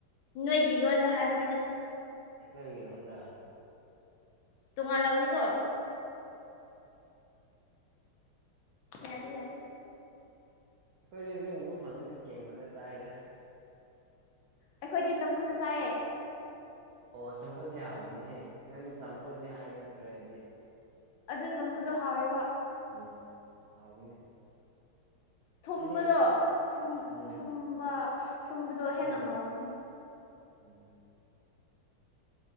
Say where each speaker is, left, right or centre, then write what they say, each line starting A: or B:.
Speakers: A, on the left; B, on the right.
A: ꯅꯣꯏꯒꯤ ꯂꯣꯟꯗ ꯍꯥꯏꯕꯅꯤꯗ
B: ꯑꯩꯈꯣꯏꯒꯤꯔꯣꯟꯗ
A: ꯇꯣꯉꯥꯟ ꯂꯝꯅꯤꯀꯣ ꯑꯁ ꯌꯥꯗꯦ ꯌꯥꯗꯦ
B: ꯑꯩꯈꯣꯏꯗꯤ ꯑꯗꯨꯒꯨꯝꯕ ꯐꯪꯉꯗꯤ ꯏꯁꯀꯦꯝ ꯉꯥꯇ ꯆꯥꯏꯗ
A: ꯑꯩꯈꯣꯏꯗꯤ ꯆꯝꯐꯨꯠꯁꯨ ꯆꯥꯏꯌꯦ
B: ꯑꯣ ꯆꯝꯐꯨꯠꯇꯤ ꯍꯥꯎꯕꯅꯦꯍꯦ ꯅꯪꯗꯤ ꯆꯝꯐꯨꯠꯅꯤ ꯍꯥꯏꯕ ꯅꯠꯇ꯭ꯔꯣ ꯑꯩꯗꯤ
A: ꯑꯗꯨ ꯆꯝꯐꯨꯠꯇꯣ ꯍꯥꯎꯋꯦꯕ
B: ꯎꯝ ꯍꯥꯎꯕꯅꯦ
A: ꯊꯨꯝꯕꯗꯣ
B: ꯑꯩꯗꯤ
A: ꯊꯨꯝ
B: ꯎꯝ
A: ꯊꯨꯝꯕ ꯊꯨꯝꯕꯗꯣ ꯍꯦꯟꯅ
B: ꯎꯝ
A: ꯍꯥꯎꯕꯅꯤ
B: ꯎꯝ